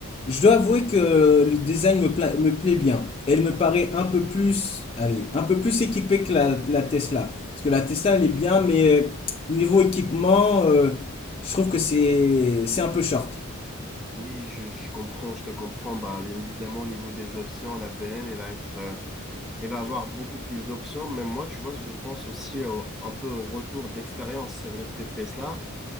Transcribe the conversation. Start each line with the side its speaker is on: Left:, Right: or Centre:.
Left: je dois avouer que le design me, pla- me plaît bien. Elle me paraît un peu plus, allez, un peu plus équipée que la, la Tesla, parce que la Tesla, elle est bien, mais euh, niveau équipement, euh, je trouve que c'est c'est un peu short.
Centre: Oui, je, je comprends, je te comprends. Bah, bien évidemment, au niveau des options, la BM, elle va être, euh, elle va avoir beaucoup plus d'options. Mais moi, tu vois, je pense aussi au- un peu au retour de l'expérience. Ça veut dire que Tesla,